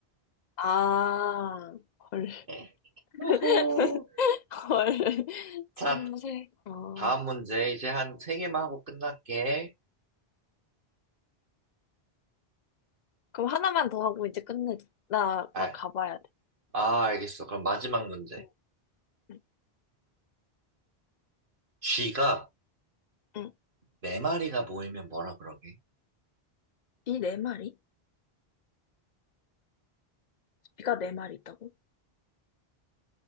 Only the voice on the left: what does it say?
아, 헐.
<laughs> 헐, <laughs> 참새.
어.
그럼 하나만 더 하고 이제 끝내자. 나,
나 가봐야 돼.
어, 응,
응.
비네 마리? 비가 네 마리 있다고?